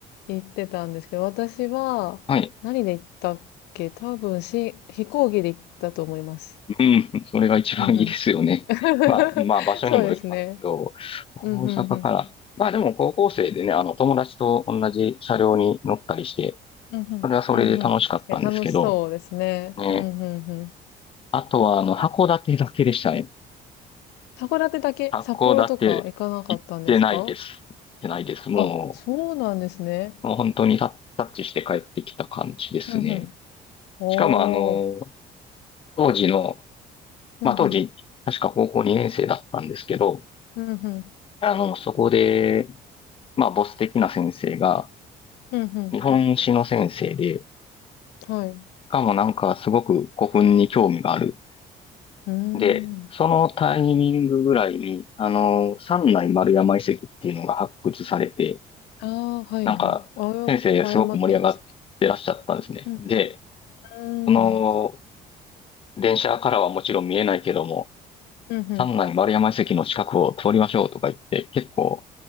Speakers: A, on the left; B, on the left.
A: 言ってたんですけど、私は何で行ったっけ多分し、
B: はい。
A: 飛行機で行ったと思います。
B: うん、それが一番いいですよね。
A: うん <laughs>
B: まあ、まあ、場所にもよりますけど、
A: そうですね。
B: 大阪から。
A: うん、うん、うん。
B: まあ、でも高校生でね、あの、友達と同じ車両に乗ったりして、
A: うん、うん、
B: それはそれで楽しかったんですけど、
A: うん、うん。確かに楽しそうですね。
B: ね
A: うん、うん、うん。
B: あとは、あの、函館だけでしたね。
A: 函館だけ、
B: 函館行ってないです。
A: 札幌とか行かなかったんですか
B: 行ってないです。も
A: あ、そうなんですね。
B: う、もう本当にタタッチして帰ってきた感じですね。
A: うん、うん。おー。
B: しかも、あの、当時の、
A: うん、
B: まあ当時、
A: うん。
B: 確か高校2年生だったんですけど、
A: うん、うん。
B: あの、そこで、まあボス的な先生が、
A: うん、うん。
B: 日本史の先生で、し
A: はい。
B: かもなんかすごく古墳に興味がある。
A: うーん。
B: で、そのタイミングぐらいに、あの、三内丸山遺跡っていうのが発掘されて、
A: ああはい、
B: なんか、
A: はい。あや、
B: 先生すごく盛り上がってらっしゃったんですね。
A: 和山県でしたっけうん、うん。
B: で、その、
A: うーん。
B: 電車からはもちろん見えないけども、
A: うん、うん。
B: 三内丸山遺跡の近くを通りましょうとか言って、結構、